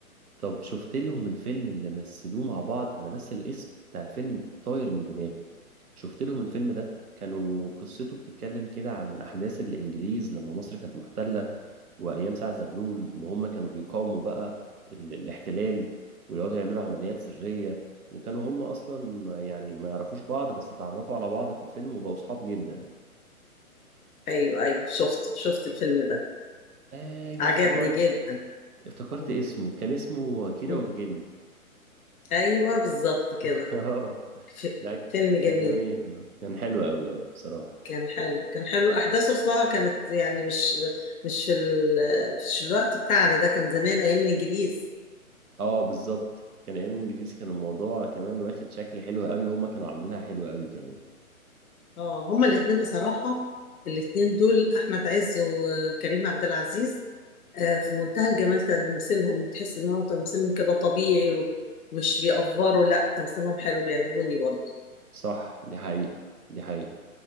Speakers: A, on the right (about 80°); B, on the left (about 75°).
A: طب شفت لهم الفيلم اللي مثلوه مع بعض انا بس الاسم بتاع الفيلم طاير من دماغي شفت لهم الفيلم ده كانوا قصته بتتكلم كده عن احداث الانجليز لما مصر كانت محتلة وايام سعد زغلول وان هم كانوا بيقاوموا بقى ال- الاحتلال ويقعدوا يعملوا عمليات سرية وكانوا هم اصلا ما يعني ما يعرفوش بعض بس اتعرفوا على بعض في الفيلم وبقوا صحاب جدا
B: ايوه ايوه شفت شفت الفيلم ده
A: ايوه
B: عجبني
A: افتكرت
B: جدا
A: افتكرت
B: مم.
A: اسمه كان اسمه كيرة
B: مم.
A: والجن
B: ايوه بالظبط كده
A: <laughs> اه
B: ف-
A: لا
B: فيلم جميل
A: كان جميل اه كان حلو قوي اه بصراحة
B: كان حلو كان حلو احداث اصلها كانت يعني مش مش في ال... مش الوقت بتاعنا ده كان زمان ايام الانجليز
A: اه بالظبط كان ايام الانجليزي كان الموضوع كمان واخد شكل حلو قوي هما كانوا عاملينها حلوة قوي كمان
B: اه هما الاثنين بصراحه الاثنين دول احمد عز وكريم عبد العزيز آه، في منتهى الجمال تمثيلهم تحس ان هو تمثيلهم كده طبيعي ومش بيأفوروا لا تمثيلهم حلو بيعجبوني برضه
A: صح دي حقيقة دي حقيقة